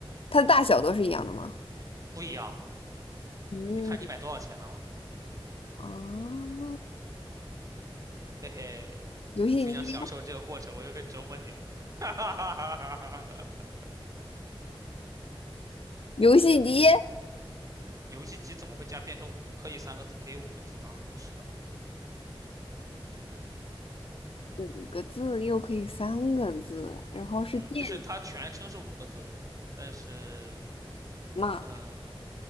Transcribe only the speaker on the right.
不一样，
你看你买多少钱的了，
嘿嘿，
我非常享受这个过程，我又该折磨你了，<laughs> 哈哈哈哈哈哈！
游戏机怎么会加变成五可以三个字，可以五个字呢？不是的，
嗯，就是它全称是五个字，但是，
嗯，